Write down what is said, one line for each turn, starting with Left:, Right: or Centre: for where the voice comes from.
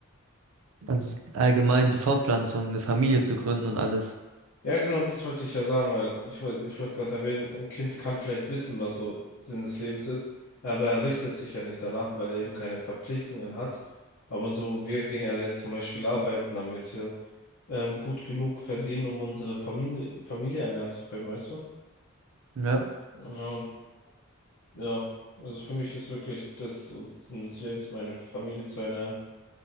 Right: Also allgemein die Fortpflanzung, eine Familie zu gründen und alles.
Left: Ja, genau, das wollte ich ja sagen, weil ich wollte, ich wollte gerade erwähnen, ein Kind kann vielleicht wissen, was so Sinn des Lebens ist, aber er richtet sich ja nicht danach, weil er eben keine Verpflichtungen hat. Aber so, wir gehen ja jetzt zum Beispiel arbeiten, damit wir ähm, gut genug verdienen, um unsere Familie, Familie ernähren zu können, weißt du?
Right: Ja.
Left: Ja, Ja, also für mich ist wirklich das so das Sinn des Lebens, meine Familie zu ernähren,